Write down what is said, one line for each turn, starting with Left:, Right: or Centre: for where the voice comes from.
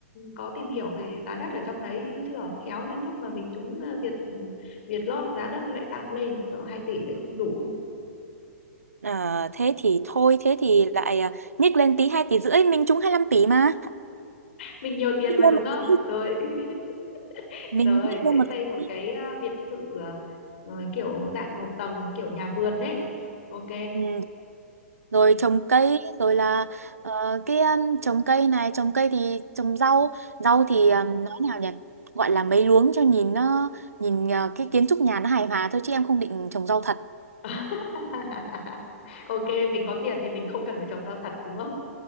Left: có tìm hiểu về giá đất ở trong đấy chưa? Khéo đến lúc mà mình trúng ờ, Việt Việt lót giá đất nó lại tăng lên, sợ 2 tỷ lại không đủ.
Right: Ờ, thế thì thôi, thế thì lại à, nhích lên tí 2 tỷ rưỡi, mình trúng hai lăm tỷ mà.
Left: Mình nhiều tiền
Right: Nhích
Left: mà
Right: lên
Left: đúng
Right: một
Left: không?
Right: tí.
Left: Rồi, <laughs>
Right: Mình
Left: rồi
Right: nhích lên
Left: sẽ
Right: một
Left: xây một
Right: tỷ.
Left: cái ờ, biệt thự ờ, ờ, kiểu dạng một tầng kiểu nhà vườn đấy. Ok.
Right: Ừ, rồi
Left: <laughs>
Right: trồng cây rồi là
Left: Ừ.
Right: ờ, cái um, trồng cây này trồng cây thì trồng rau rau
Left: Ừ.
Right: thì um, nói nào nhỉ gọi là mấy luống cho nhìn nó nhìn ờ, cái kiến trúc nhà nó hài hòa thôi chứ em không định trồng rau thật
Left: Ừ. <laughs> Ok, mình có tiền thì mình không cần phải trồng rau thật đúng không?